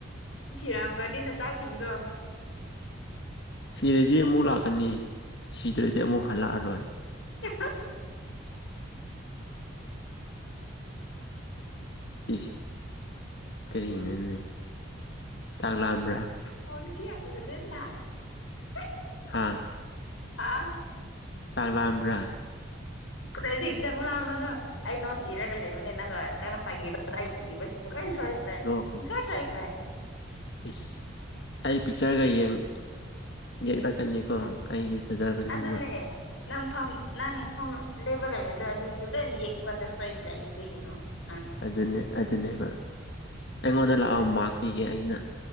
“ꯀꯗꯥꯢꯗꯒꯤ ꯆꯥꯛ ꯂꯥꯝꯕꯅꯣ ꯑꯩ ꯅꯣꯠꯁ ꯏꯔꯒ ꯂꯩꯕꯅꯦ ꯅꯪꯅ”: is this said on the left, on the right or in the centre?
Left